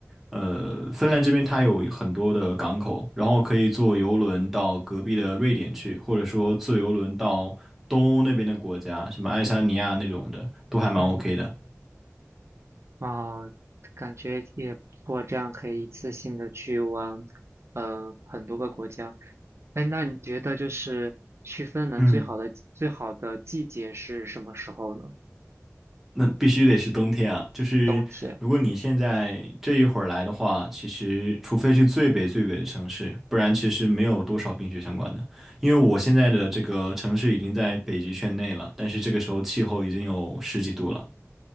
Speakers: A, in the centre; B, on the right (about 55°).
A: 呃，芬兰这边它有很多的港口，然后可以坐游轮到隔壁的瑞典去，
B: 嗯
A: 或者说坐游轮到东欧那边的国家，什么爱沙尼亚那种的，都还蛮
B: 嗯，
A: OK 的。
B: 啊，感觉也不错，这样可以一次性的去往呃，很多个国家。哎，那你觉得就是去芬兰最好的最好的季节是什么时候呢？
A: 嗯。那必须得是冬天啊！就是如果你现在这一会儿来的话，
B: 冬天，
A: 其实除非去最北最北的城市，不然其实没有多少冰雪相关的。因为我现在的这个城市已经在北极圈内了，
B: 嗯，
A: 但是这个时候气候已经有十几度了。